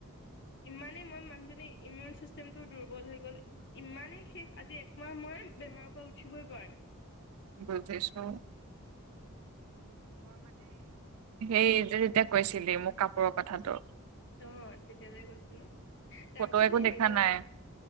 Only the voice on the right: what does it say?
বুজিছো হেই যেতিয়া কৈছিলি মোক কাপোৰক কথাটো
ফটো একো দেখা
নাই